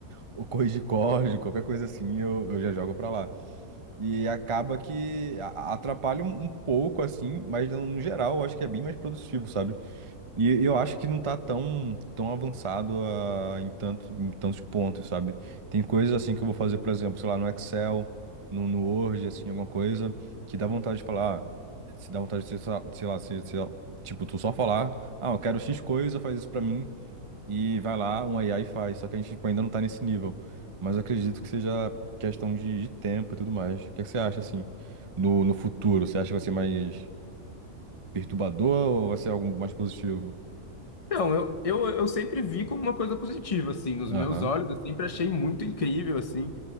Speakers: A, on the right (about 35°); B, on the left (about 30°).
A: Ou corrigir código, qualquer coisa assim, eu, eu já jogo pra lá. E acaba que a- atrapalha um um pouco, assim, mas no no geral eu acho que é bem mais produtivo, sabe? E eu acho que não tá tão, tão avançado ah, em tanto, em tantos pontos, sabe? Tem coisas assim que eu vou fazer, por exemplo, sei lá, no Excel, no, no Word, assim, alguma coisa, que dá vontade de falar, ah, se dá vontade de, ser só- sei lá, se, se- tipo, tu só falar, ah, eu quero X coisa, faz isso pra mim, e vai lá, um AI faz. Só que a gente, tipo, ainda não tá nesse nível. Mas eu acredito que seja questão de, de tempo e tudo mais. O que é que você acha, assim, no, no futuro? Você acha que vai ser mais perturbador ou vai ser algo mais positivo?
B: Não, eu, eu, eu sempre vi como uma coisa positiva, assim, nos
A: Aham.
B: meus olhos, eu sempre achei muito incrível, assim,